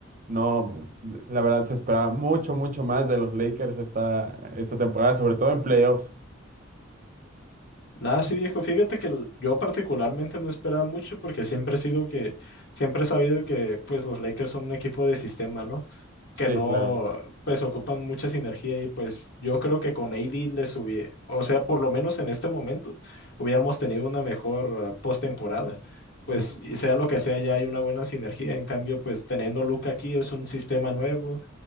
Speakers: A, on the right; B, on the left.
A: no, la verdad se esperaba mucho, mucho más de los Lakers esta, esta temporada, sobre todo en playoffs.
B: Nada, sí, viejo. Fíjate que el- yo particularmente no esperaba mucho porque siempre he sido que, siempre he sabido que pues los Lakers son un equipo de sistema, ¿no?
A: Sí,
B: que no,
A: claro.
B: pues ocupan mucha sinergia y pues yo creo que con AD les hubiera, o sea, por lo menos en este momento, hubiéramos tenido una mejor eh, postemporada. Pues
A: Ujú.
B: y sea lo que sea, ya hay una buena sinergia. En cambio, pues teniendo Luca aquí es un sistema nuevo,